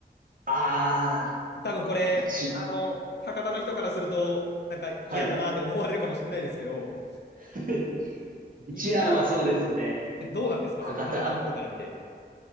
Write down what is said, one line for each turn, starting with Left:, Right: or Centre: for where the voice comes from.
Right: ああ、
Left: 多分これ、
Right: 一。
Left: あの、博多の人からすると、なんか嫌だなって思われるかもしれないですけど、
Right: はい。<laughs> 一蘭はそうですね。
Left: 一蘭ってどうなんですかその博多の人から見て。
Right: 博多。